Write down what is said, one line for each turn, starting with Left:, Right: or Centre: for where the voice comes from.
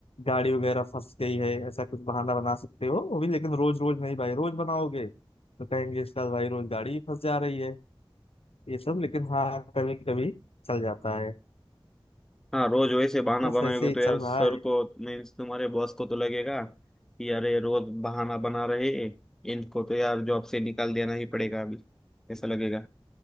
Left: गाड़ी वगैरह फंस गई है ऐसा कुछ बहाना बना सकते हो वो भी लेकिन रोज रोज नहीं भाई रोज बनाओगे तो कहेंगे इसका भाई रोज गाड़ी ही फंस जा रही है ये सब लेकिन हाँ कभी कभी चल जाता है
Centre: हाँ रोज वैसे बहाना
Left: बस
Centre: बनाएंगे
Left: ऐसे ही
Centre: तो
Left: चल
Centre: यार सर
Left: रहा है
Centre: को मीन्स तुम्हारे बॉस को तो लगेगा कि अरे रोज बहाना बना रहे हैं, इनको तो यार जॉब से निकाल देना ही पड़ेगा अभी ऐसा लगेगा